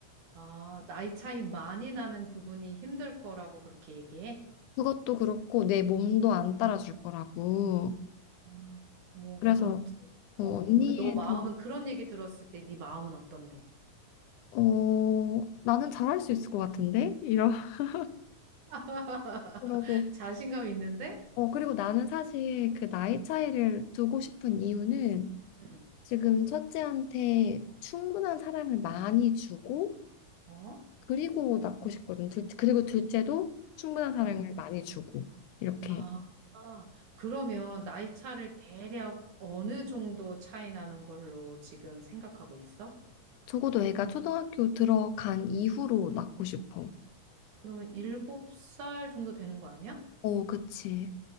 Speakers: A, on the right (about 70°); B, on the left (about 80°).
A: 아, 나이 차이 많이 나는 부분이 힘들 거라고 그렇게 얘기해?
B: 그것도 그렇고, 내 몸도 안 따라줄 거라고.
A: 아, 뭐,
B: 그래서,
A: 그렇지. 어,
B: 어, 언니의
A: 그 너 마음은
B: 좀
A: 그런 얘기 들었을 때 네 마음은 어떤데?
B: 어, 나는 잘할 수 있을 것 같은데? 이러, <laughs>
A: <laughs>
B: 그러고,
A: 자신감 있는데?
B: 어, 그리고 나는 사실 그 나이 차이를 두고 싶은 이유는
A: 응.
B: 지금 첫째한테 충분한 사랑을 많이 주고,
A: 어?
B: 그리고 낳고 싶거든. 둘, 그리고 둘째도 충분한 사랑을
A: 어?
B: 많이 주고, 이렇게.
A: 아, 아. 그러면 나이 차를 대략 어느 정도 차이 나는 걸로 지금 생각하고 있어?
B: 적어도 애가 초등학교 들어간 이후로 낳고 싶어.
A: 그러면 일곱 살 정도 되는 거 아니야?
B: 어, 그치.